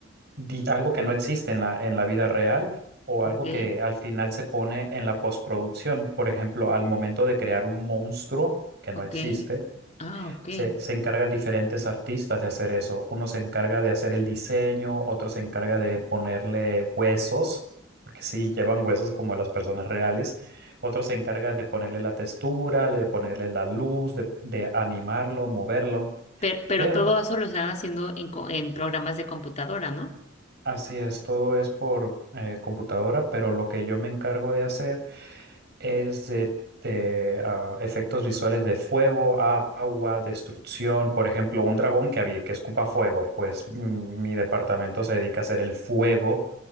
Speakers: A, on the right; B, on the left.
A: di- algo que no existe en la, en la vida real o algo
B: Ok,
A: que al final se pone en la postproducción. Por ejemplo, al momento de crear un monstruo que no
B: ok,
A: existe
B: ah, ok.
A: se, se encargan diferentes artistas de hacer eso. Uno se encarga de hacer el diseño, otro se encarga de ponerle huesos, porque sí, llevan huesos como las personas reales. Otro se encarga de ponerle la textura, de ponerle la luz, de, de animarlo, moverlo.
B: Pero, pero
A: Pero
B: todo eso lo están haciendo en, co- en programas de computadora, ¿no?
A: así es, todo es por eh, computadora, pero lo que yo me encargo de hacer es de, de, ah, efectos visuales de fuego, a- agua, destrucción. Por ejemplo, un dragón que, había, que escupa fuego, pues mm, mi departamento se dedica a hacer el fuego